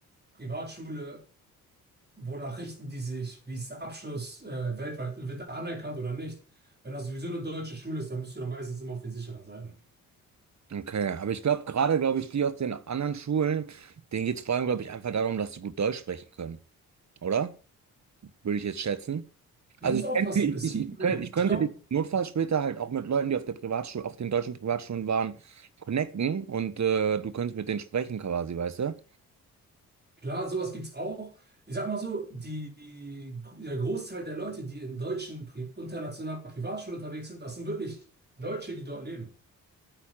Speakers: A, on the right (about 25°); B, on the right (about 40°).
A: Privatschule wonach richten die sich? Wie ist der Abschluss äh, weltweit? Wird er anerkannt oder nicht? Wenn das sowieso eine deutsche Schule ist, dann bist du da meistens immer auf den sicheren Seiten.
B: Okay, aber ich glaube gerade, glaube ich, die aus den anderen Schulen, denen geht es vor allem, glaube ich, einfach darum, dass sie gut Deutsch sprechen können, oder? Würde ich jetzt schätzen.
A: Du
B: Also
A: musst
B: ich,
A: aufpassen.
B: kenn- ich,
A: Es
B: ich,
A: gibt,
B: ich könnt-
A: ein-
B: ich könnte
A: ich glaube,
B: den Notfall später halt auch mit Leuten, die auf der Privatschule, auf den deutschen Privatschulen waren, connecten und äh, du könntest mit denen sprechen quasi, weißt du?
A: klar, sowas gibt es auch. Ich sag mal so, die, der Großteil der Leute, die in deutschen, pri internationalen Privatschulen unterwegs sind, das sind wirklich Deutsche, die dort leben.